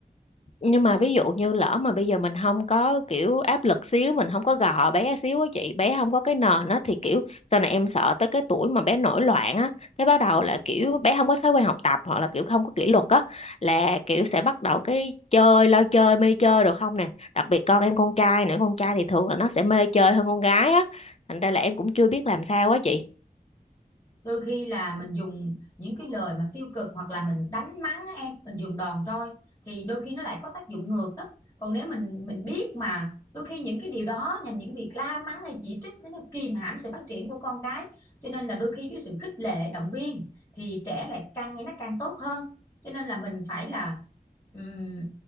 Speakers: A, on the left (about 45°); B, on the left (about 20°).
A: nhưng mà ví dụ như lỡ mà bây giờ mình không có kiểu áp lực xíu mình không có gò bé xíu á chị bé không có cái nền á thì kiểu sau này em sợ tới cái tuổi mà bé nổi loạn á cái bắt đầu là kiểu bé không có thói quen học tập hoặc là kiểu không có kỷ luật á là kiểu sẽ bắt đầu cái chơi lo chơi mê chơi được không nè đặc biệt con em con trai nữa con trai thì thường là nó sẽ mê chơi hơn con gái á thành ra là em cũng chưa biết làm sao á chị
B: đôi khi là mình dùng những cái lời mà tiêu cực hoặc là mình đánh mắng á em mình dùng đòn roi thì đôi khi nó lại có tác dụng ngược đó còn nếu mình mình biết mà đôi khi những cái điều đó là những việc la mắng hay chỉ trích nó nó kìm hãm sự phát triển của con cái cho nên là đôi khi cái sự khích lệ động viên thì trẻ lại càng ngày nó càng tốt hơn cho nên là mình phải là ừm,